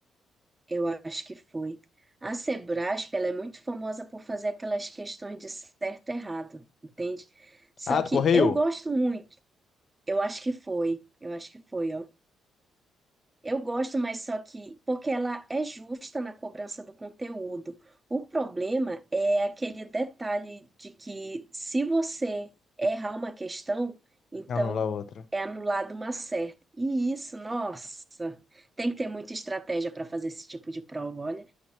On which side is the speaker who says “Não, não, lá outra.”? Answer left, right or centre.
Left